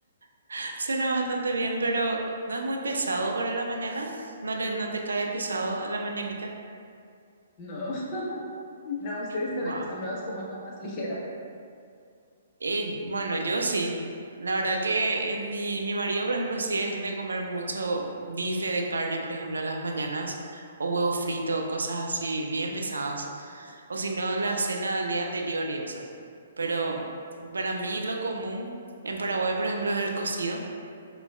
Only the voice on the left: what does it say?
no. <laughs> No, ustedes están
acostumbrados como algo más ligero.